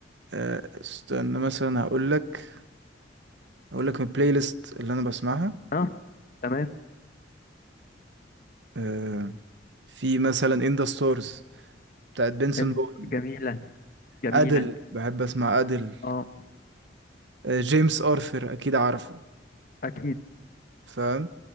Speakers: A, on the right; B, on the left.
A: آه استنى مثلا هقول لك هقول لك البلاي ليست اللي انا بسمعها
B: اه تمام
A: آه في مثلا ان ذا ستارز بتاعت بنسون
B: انت
A: بون
B: جميلة جميلة
A: ادل بحب اسمع ادل
B: اه
A: آه جيمس ارثر اكيد عارفه
B: اكيد
A: فاهم